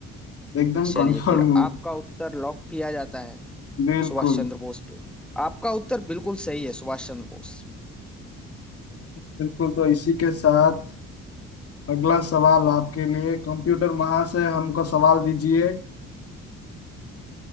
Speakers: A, on the left; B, in the centre.
A: एकदम
B: चलिए
A: कंफर्म
B: फिर
A: हूँ
B: आपका उत्तर लॉक किया जाता है
A: बिल्कुल
B: सुभाष चंद्र बोस पे आपका उत्तर बिल्कुल सही है सुभाष चंद्र बोस
A: बिल्कुल तो इसी के साथ अगला सवाल आपके लिए कंप्यूटर महाशय हमको सवाल दीजिए